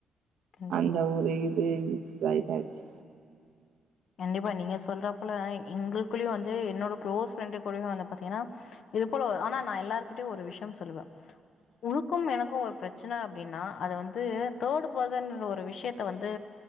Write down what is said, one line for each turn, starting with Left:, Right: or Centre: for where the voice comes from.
Left: கண்டிப்பா.
Right: அந்த ஒரு இது இதாஇதாயிச்சு
Left: கண்டிப்பா நீங்க சொல்றப்பல எங்களுக்குள்ளயு வந்து என்னோட க்ளோஸ் ஃப்ரெண்டு கூடயு வந்து பாத்தீங்கனா இது போல ஒரு ஆனா நா எல்லார்கிட்டயும் ஒரு விஷயம் சொல்லுவ உனுக்கும் எனக்கும் ஒரு பிரச்சன அப்டின்னா அத வந்து தேர்டு பர்சன்ற ஒரு விஷயத்த வந்து